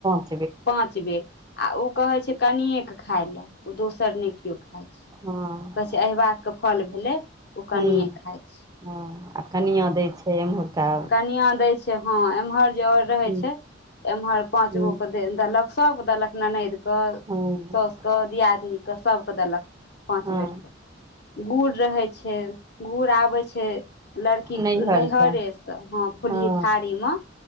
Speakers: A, on the right (about 20°); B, on the left (about 55°).
A: क
B: पांच बेर आ उ कहै छैय कनियेके खाय ले ओ दोसर ने केव खेतय।
A: हँ
B: कहै छैय अहिबातके फल भेलै ओ कनिए
A: हुं
B: खाइत छैय।
A: हँ आ कनिय दै छैय। हे <unintelligible>
B: कनिया दै छैय हँ एम्हर जे आओर रहै
A: हुं
B: छैय एमहर पाँच
A: हुं
B: गो के दलक सोग दलक ननैद। के
A: हँ
B: साउसुके दियादीनीके सभकेँ देलक पाँच बेरके।
A: हँ
B: गुड़ रहै छैय गुड़ आबै छैय लड़कीके
A: नैहर
B: नैहरेसँ।
A: से
B: हँ फुलही
A: हँ
B: थारी में